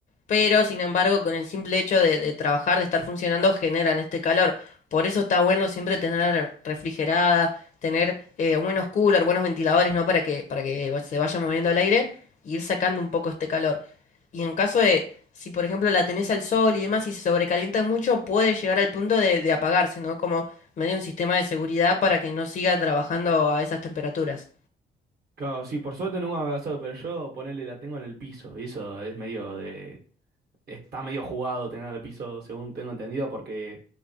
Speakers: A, on the left (about 40°); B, on the right (about 50°).
A: pero sin embargo con el simple hecho de, de trabajar, de estar funcionando, generan este calor. Por eso está bueno siempre tener refrigerada, tener eh, buenos coolers, buenos ventiladores, ¿no? Para que, para que se vaya moviendo el aire y ir sacando un poco este calor. Y en caso de, si por ejemplo la tenés al sol y demás y se sobrecalienta mucho, puede llegar al punto de, de apagarse, ¿no? Como medio un sistema de seguridad para que no siga trabajando a esas temperaturas.
B: Claro, sí, por suerte nunca me ha pasado, pero yo ponerle la tengo en el piso, y eso es medio de, está medio jugado tener el piso, según tengo entendido, porque,